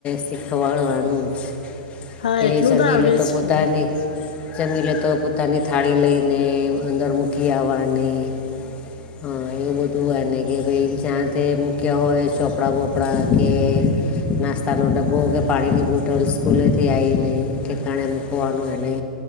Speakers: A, on the left; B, on the left.
A: શીખવાડવાનું જ.
B: હા
A: કે
B: એટલું
A: જમી
B: આવડે
A: લે
B: જ
A: તો
B: છે
A: પોતાની
B: ને
A: જ. જમી લે તો પોતાની થાળી લઈને અંદર મૂકી આવવાની. હા એવ બ ત એને કે ભાઈ જાયાતે મૂક્ય હોય ચોપડાં બોપડાં કે નાસ્તાનો ડબ્બો કે પાણીની બોટલ સ્કૂલેથી આવીને ઠેકાણે મૂકવાનું એને.